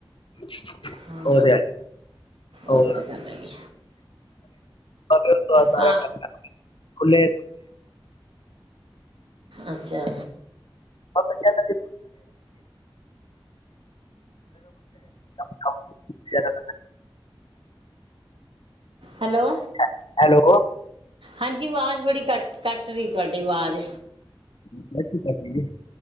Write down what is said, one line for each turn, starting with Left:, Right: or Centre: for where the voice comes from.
Left: ਉਹ
Right: ਹਾਂ
Left: ਤੇ ਹੈ ਹੋਰ
Right: ਉਹੀ ਤਾਂ ਗੱਲ ਹੈਗੀ
Left: <unintelligible>
Right: ਹਾਂ
Left: ਫੁੱਲੇ
Right: ਅੱਛਾ
Left: ਅ ਪਚਣ ਹਾਂ ਸ
Right: ਹੈਲੋ
Left: ਹੈ ਹੈਲੋ
Right: ਹਾਂਜੀ ਆਵਾਜ਼ ਬੜੀ ਕੱਟ, ਕੱਟ ਰਹੀ ਤੁਹਾਡੀ ਆਵਾਜ਼
Left: ਹ <unintelligible>